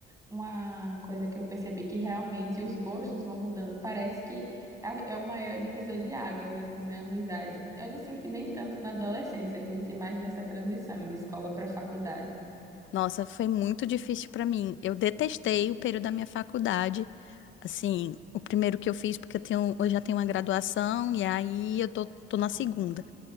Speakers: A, on the right (about 15°); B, on the left (about 75°).
A: uma coisa que eu percebi que realmente os gostos vão mudando. Parece que a- é o maior divisor de águas assim na amizade. Eu não senti nem tanto na adolescência, senti mais nessa transição de escola para faculdade.
B: Nossa, foi muito difícil para mim. Eu detestei o período da minha faculdade. Assim, o primeiro que eu fiz, porque eu tenho, eu já tenho uma graduação e aí eu tô, tô na segunda.